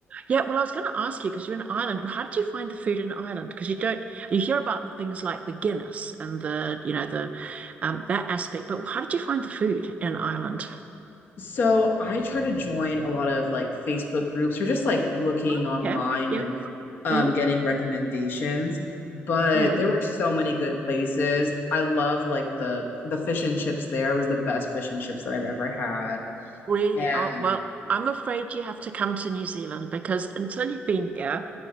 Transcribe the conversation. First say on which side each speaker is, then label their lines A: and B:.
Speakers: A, on the right (about 30°); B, on the left (about 55°).
A: Yeah, well, I was going to ask you because you're in Ireland. How did you find the food in Ireland? Because you don't you hear about the things like the Guinness and the you know the um, that aspect, but how did you find the food in Ireland?
B: So I try to join a lot of like Facebook groups or just like looking
A: Okay.
B: online
A: Yeah.
B: and um,
A: Mm,
B: getting recommendations. But
A: mm.
B: there were so many good places. I love like the the fish and chips there was the best fish and chips that I've ever had.
A: Really?
B: And
A: Oh, well, I'm afraid you have to come to New Zealand because until you've been here,